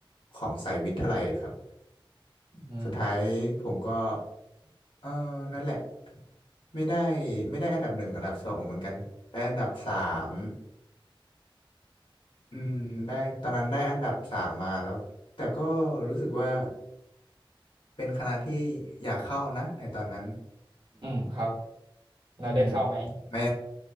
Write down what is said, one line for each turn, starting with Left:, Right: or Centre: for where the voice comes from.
Left: ของสายวิทย์เท่าไหร่ครับ
Right: อืม
Left: สุดท้ายผมก็เออนั่นแหละไม่ได้ไม่ได้อันดับหนึ่งอันดับสองเหมือนกันได้อันดับสามอืมได้ตอนนั้นได้อันดับสามมาแล้วแต่ก็รู้สึกว่าเป็นคณะที่อยากเข้านะในตอนนั้น
Right: อืมครับแล้วได้เข้าไหม
Left: อืมไม่